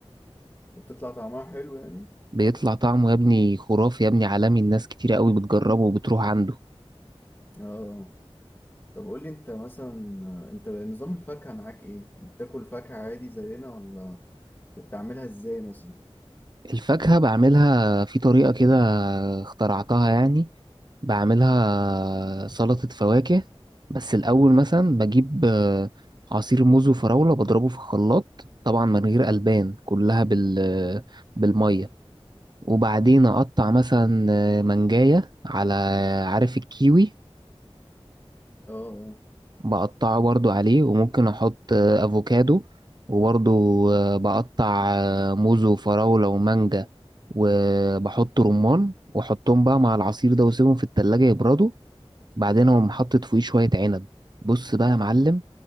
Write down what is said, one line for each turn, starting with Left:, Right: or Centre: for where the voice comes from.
Left: وبتطلع طعمها حلو يعني
Right: بيطلع طعمه يا ابني خرافي يا ابني عالمي الناس كتير قوي بتجربه وبتروح عنده
Left: اه طب قول لي انت مثلا آه، انت نظام الفاكهة معاك ايه يعني بتاكل فاكهة عادي زينا ولا وبتعملها ازاي مثلا
Right: الفاكهة بعملها في طريقة كده اخترعتها يعني بعملها سلطة فواكه بس الأول مثلا بجيب آه، عصير موز وفراولة بضربه في الخلاط طبعا من غير ألبان كلها بال بالمية وبعدين أقطع مثلا آه، منجاية على عارف الكيوي
Left: اه اه
Right: بقطعه برضو عليه وممكن احط آه، افوكادو وبرضو آه، بقطع آه، موز وفراولة ومانجا وبحط رمان واحطهم بقى مع العصير ده واسيبهم في التلاجة يبردوا بعدين اقوم حاطط فوقيه شوية عنب بص بقى يا معلم